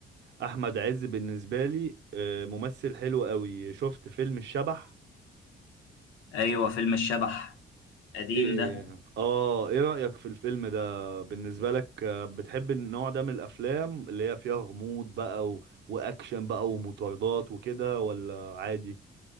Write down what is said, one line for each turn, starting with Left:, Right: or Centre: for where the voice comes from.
Right: احمد عز بالنسبة لي آه، ممثل حلو قوي شفت فيلم الشبح
Left: ايوه فيلم الشبح قديم
Right: إيه-
Left: ده
Right: اه ايه رأيك في الفيلم ده بالنسبة لك آه، بتحب النوع ده من الافلام اللي هي فيها غموض بقى و... واكشن بقى ومطاردات وكده ولا عادي